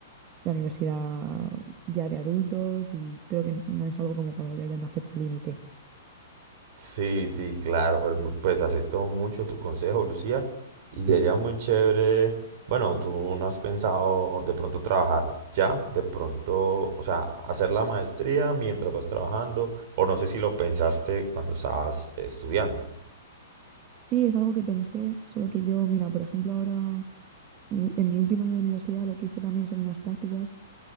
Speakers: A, on the right; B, on the right.
A: la universidad ya de adultos y creo que no es algo como para lo que haya una fecha límite.
B: Sí, sí, claro, pues, mu- pues acepto mucho tu consejo, Lucía, y sería muy chévere, bueno, tú no has pensado de pronto trabajar ya, de pronto, o sea, hacer la maestría mientras vas trabajando, o no sé si lo pensaste cuando estabas estudiando.
A: Sí, es algo que pensé, solo que yo, mira, por ejemplo, ahora mi- en mi último año de universidad lo que hice también son unas prácticas,